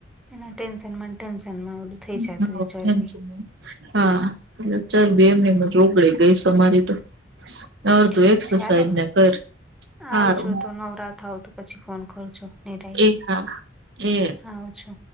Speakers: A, in the centre; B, on the right.
A: એના ટેન્શનમાં ટેન્શનમાં ઓલું
B: જાય.
A: થઇ જાતું હોય ચરબી
B: હા ચરબી એમને
A: હમ
B: <unintelligible> ઓગળી ગઈ શે મારી તો અડતું
A: ઠીક
B: એક્સરસાાઈઝ
A: છે હાલો
B: ને કર
A: આવજો
B: હારું
A: તો નવરા થાવ તો પછી ફોન કરજો નિરાહે
B: એ હા એ
A: હા આવજો